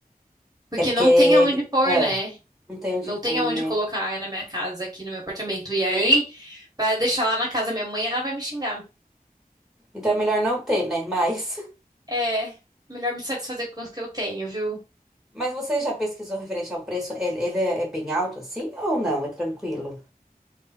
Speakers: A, on the right; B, in the centre.
A: Porque
B: É porque
A: não tem aonde pôr,
B: ah,
A: né?
B: não tem onde
A: Não
B: pôr,
A: tem aonde
B: né?
A: colocar na minha casa, aqui no meu apartamento. E aí, para deixar lá na casa da minha mãe, ela vai me xingar.
B: Então é melhor não ter, né? Mas.
A: É melhor me satisfazer com os que eu tenho, viu?
B: Mas você já pesquisou referente ao preço? Ele, ele é é bem alto assim ou não? É tranquilo?